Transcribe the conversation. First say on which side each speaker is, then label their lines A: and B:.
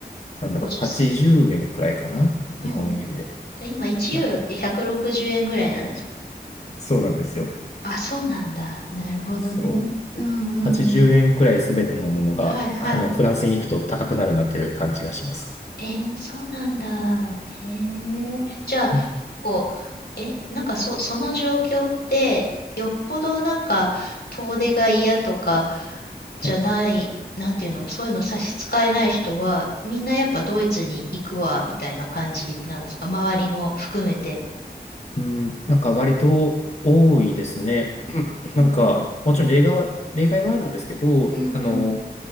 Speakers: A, on the left; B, on the left.
A: なんだろう、
B: 50セント。
A: 80円くらいかな、
B: うん。
A: 日本円で。
B: じゃあ今1ユーロって160円ぐらいなんですか
A: なそうなんですよ。
B: あ、そうなんだ。なるほどね。
A: そう。
B: うんうん。
A: 80円くらいすべてのものが、
B: はいはい。
A: あの、フランスに行くと高くなるなという感じがします。
B: えー、そうなんだ。へえ。じゃあ、
A: うん、
B: 結構、え、なんかそ、その状況って、よっぽどなんか、遠出が嫌とか、じゃない、
A: はい。
B: なんていうの、そういうの差し支えない人は、みんなやっぱドイツに行くわ、みたいな感じなんですか周りも含めて。
A: うん、なんか割と多いですね。<clears throat>
B: うんうん。
A: なんか、もちろん例外は例外はあるんですけど、
B: うんうん。
A: あの、